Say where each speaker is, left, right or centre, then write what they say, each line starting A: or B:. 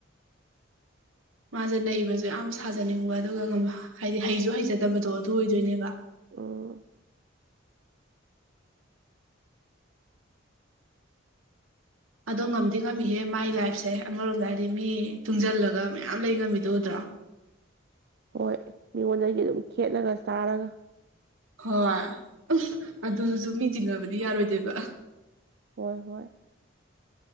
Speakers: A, on the right (about 85°); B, on the right (about 55°).
A: ꯃꯥꯁꯦ ꯅꯩꯕꯁꯨ ꯌꯥꯝ ꯁꯥꯖꯅꯤꯡꯕ ꯑꯗꯨꯒ ꯍꯥꯏꯗꯤ ꯍꯩꯁꯨ ꯍꯩꯖꯗꯕꯗꯣ ꯑꯗꯨ ꯑꯣꯏꯗꯣꯏꯅꯦꯕ
B: ꯑꯥ
A: ꯑꯗꯣ ꯉꯝꯗꯤ ꯉꯝꯃꯤꯍꯦ ꯃꯥꯏ ꯂꯥꯏꯐꯁꯦ ꯑꯃꯔꯣꯝꯗ ꯍꯥꯏꯗꯤ ꯃꯤ ꯇꯨꯡꯁꯤꯜꯂꯒ ꯃꯌꯥꯝ ꯂꯩ ꯉꯝꯃꯤꯗ ꯎꯗ꯭ꯔꯣ
B: ꯍꯣꯏ ꯃꯤꯉꯣꯟꯗꯒꯤ ꯑꯗꯨꯝ ꯈꯦꯠꯂꯒ ꯆꯥꯔꯒ
A: ꯍꯣꯏ ꯑꯗꯨꯁꯨ ꯃꯤ
B: ꯎꯝ
A: ꯇꯤꯟꯅꯕꯗꯤ ꯌꯥꯔꯣꯏꯗꯣꯏꯕ
B: ꯍꯣꯏ ꯍꯣꯏ